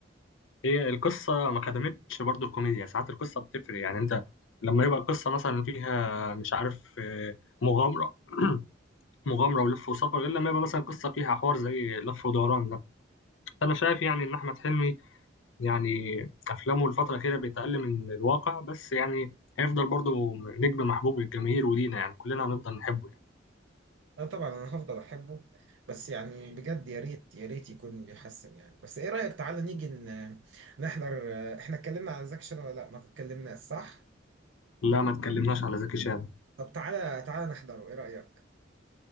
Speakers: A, on the left; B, on the right.
A: هي القصة ما خدمتش برضو الكوميديا ساعات القصة بتفرق يعني انت لما يبقى القصة مثلا فيها مش عارف آه، مغامرة <clears throat> مغامرة ولف وسفر غير لما يبقى مثلا قصة فيها حوار زي لف ودوران ده أنا شايف يعني إن أحمد حلمي يعني أفلامه الفترة الأخيرة بيتقل من الواقع بس يعني هيفضل برضو نجم محبوب للجماهير ولينا يعني كلنا هنفضل نحبه يعني
B: اه طبعا انا هفضل احبه بس يعني بجد يا ريت يا ريت يكون بيحسن يعني بس ايه رايك تعالى نيجي ن- نحضر آه، احنا اتكلمنا عن زكشن ولا لا ما اتكلمناش صح
A: لا ما اتكلمناش على زكي شان
B: طب تعالى تعالى نحضره ايه رايك